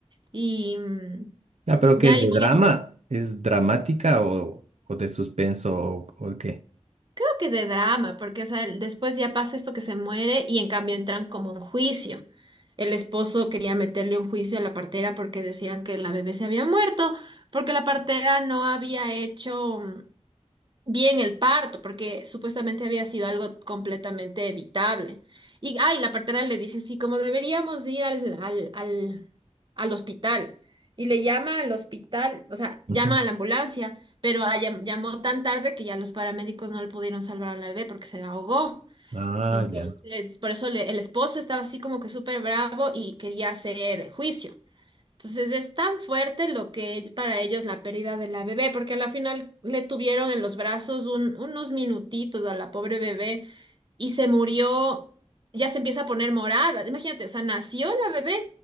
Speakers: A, on the right; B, on the right.
A: Y mm,
B: Ah, pero
A: de
B: ¿qué
A: ahí,
B: es de
A: bueno,
B: drama? ¿Es dramática o, o de suspenso o, o qué?
A: creo que de drama, porque, o sea, el- después ya pasa esto que se muere y en cambio entran como un juicio. El esposo quería meterle un juicio a la partera porque decían que la bebé se había muerto, porque la partera no había hecho. mm, bien el parto, porque supuestamente había sido algo completamente evitable. Y, ay, la partera le dice, sí, como deberíamos ir al, al, al, al hospital. Y le llama al hospital, o sea,
B: Ujú.
A: llama a la ambulancia, pero ah, llam- llamó tan tarde que ya los paramédicos no le pudieron salvar a la bebé porque se ahogó.
B: Ah,
A: Entonces,
B: ya.
A: por eso le- el esposo estaba así como que súper bravo y quería hacer juicio. Entonces es tan fuerte lo que es para ellos la pérdida de la bebé, porque a la final le tuvieron en los brazos un- unos minutitos a la pobre bebé y se murió, ya se empieza a poner morada. Imagínate, o sea, nació la bebé